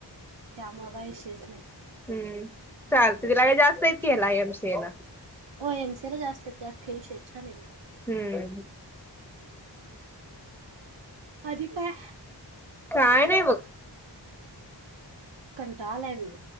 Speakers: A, on the right; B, in the centre.
A: त्यामु का विशेष
B: हम्म चालत दि लाग जास्त ऐतकीेयला हेम येना
A: हो एमसी ला जास्त य अठ्ठ्यांशी छान येत.
B: हम्म
A: हम्, अधी काय
B: काय नाही बघ
A: कन चाललय